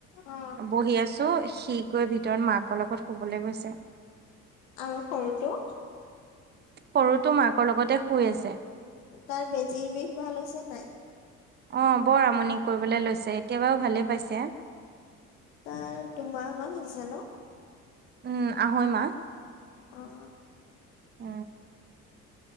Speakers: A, on the left (about 65°); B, on the right (about 20°).
A: অ
B: বহি আছো সি গৈ ভিতৰত মাকৰ লগত শুবলৈ গৈছে
A: আৰু সৰুটো
B: সৰুতটো মাকৰ লগতে শুই আছে
A: তাৰ বেজিৰ বিষ ভাল হৈছে নাই
B: অ বৰ আমনিক কৰিবলৈ লৈছে কেতিয়াবাও ভালে পাইছে
A: তা তোমাৰ মান হৈছে ন
B: উম আহৈমা
A: অ
B: উ